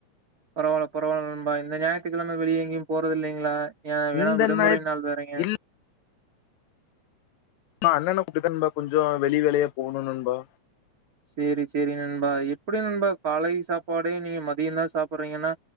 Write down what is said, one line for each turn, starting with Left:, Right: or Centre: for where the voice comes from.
Right: பரவால பரவால நண்பா இந்த ஞாய்த்துக்கிழம வெளிய எங்கியு போறது இல்லிங்ளா ஏ வேணா
Left: இந்த
Right: விடுமுறை
Left: நேரத்
Right: நாள் வேறீங்க
Left: இல்ல நா அண்ணண கூப்ட்தா நண்பா கொஞ்சோ வெளி வேலயா போகுணு நண் பா
Right: சேரி சேரி நண்பா எப்டி நண்பா காலை சாப்பாடே நீங்க மதியந்தா சாப்பறீங்கன்னா